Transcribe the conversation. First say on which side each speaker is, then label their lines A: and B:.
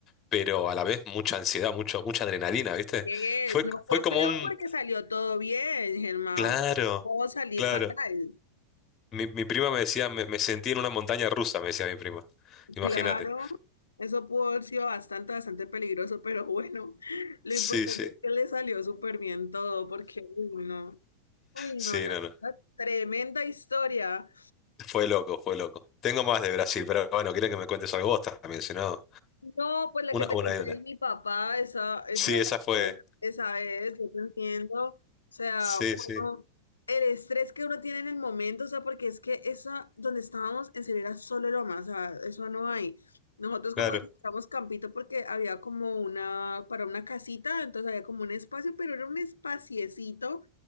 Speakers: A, on the left (about 25°); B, on the left (about 75°).
A: pero a la vez mucha ansiedad, mucho, mucha adrenalina, viste.
B: ¿Qué?
A: Fue,
B: No fue
A: fue como
B: feo
A: un,
B: porque salió todo bien, Germán.
A: claro.
B: pero Pudo salir
A: Claro,
B: fatal.
A: Mi, mi prima me decía, me, me sentí en una montaña rusa, me decía mi prima. Imagínate.
B: Claro, eso pudo haber sido bastante, bastante peligroso, pero bueno, <laughs> lo
A: Sí,
B: importante
A: sí,
B: es que le salió súper bien todo porque, uy, no. Uy,
A: sí,
B: no, la
A: no, no.
B: verdad, tremenda historia.
A: Fue loco, fue loco. Tengo más de Brasil, pero bueno, quiero que me cuentes algo vos también, si no,
B: No, pues la
A: una,
B: que te
A: una
B: conté
A: y una.
B: de mi papá, esa, esa,
A: Sí, esa fue.
B: esa es, yo te entiendo. O sea,
A: Sí,
B: uno,
A: sí,
B: el estrés que uno tiene en el momento, o sea, porque es que esa, donde estábamos, en serio era solo loma, o sea, eso no hay. Nosotros
A: claro.
B: como que estábamos campito porque había como una, para una casita, entonces había como un espacio, pero era un espaciecito